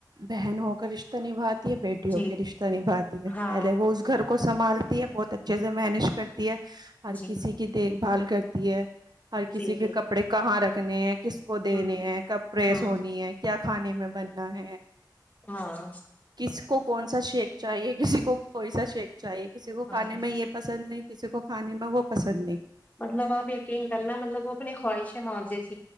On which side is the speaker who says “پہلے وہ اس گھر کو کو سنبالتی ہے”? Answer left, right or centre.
Right